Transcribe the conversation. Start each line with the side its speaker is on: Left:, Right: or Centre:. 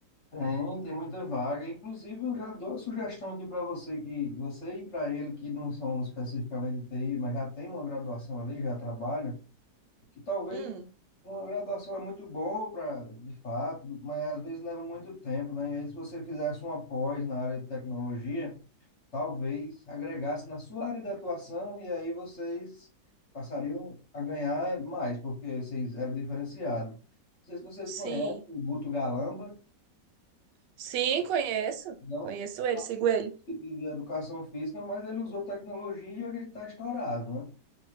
Left: Tem, tem muita vaga. Inclusive, eu já dou a sugestão aqui para você que você e para ele que não são especificamente de TI, mas já tem uma graduação ali, já trabalham, que talvez
Right: Hum.
Left: uma graduação é muito boa para, de fato, mas às vezes leva muito tempo, né? E aí, se você fizesse uma pós na área de tecnologia, talvez agregasse na sua área de atuação e aí vocês passariam a ganhar mais, porque vocês eram diferenciados. Não sei se vocês
Right: Sim.
Left: conhecem o Guto Galamba,
Right: Sim, conheço.
Left: não
Right: Conheço ele, sigo ele.
Left: de, de educação física, mas ele usou tecnologia e ele está estourado, né?